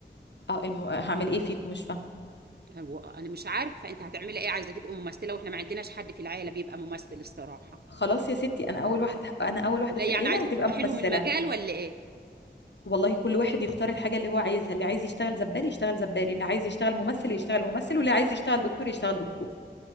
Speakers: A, on the left; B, on the right.
A: اه الم... هعمل ايه فيكم مش فاهمه
B: هو أنا مش عارفة أنت هتعملي إيه عايزة تبقي ممثلة وإحنا ما عندناش حد في العيلة بيبقى ممثل الصراحة
A: خلاص يا ستي انا اول واحده انا اول واحده
B: لا
A: في
B: يعني
A: العيله
B: عايزة
A: هتبقى
B: تفتحي لهم
A: ممثله
B: المجال ولا إيه
A: والله كل واحد يختار الحاجه اللي هو عايزها اللي عايز يشتغل زبال يشتغل زبال اللي عايز يشتغل ممثل يشتغل ممثل واللي عايز يشتغل دكتور يشتغل دكتور